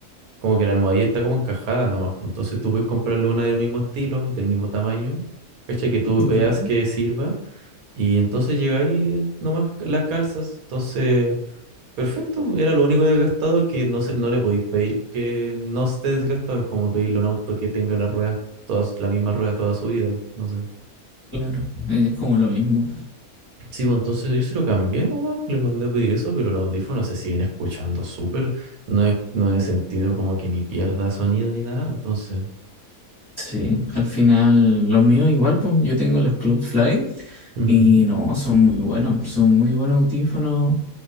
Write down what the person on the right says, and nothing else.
Como que la almohadilla está como encajada nomás. pues, Entonces tú puedes comprarle una del mismo estilo, del mismo tamaño, ¿cachai? Que tú
veas que sirva. Y entonces llegáis nomás las calzas. Entonces, perfecto. Era lo único desgastado que no, se, no le podéis pedir que no esté desgastado. Es como pedirle a un auto que tenga las ruedas, todas, la misma rueda toda su vida. No sé.
Sí, pues entonces yo se lo cambié nomás. Les mandé a pedir eso, pero los audífonos se siguen escuchando súper. No he, no he sentido como que ni pierda sonido ni nada. Entonces.
ujú.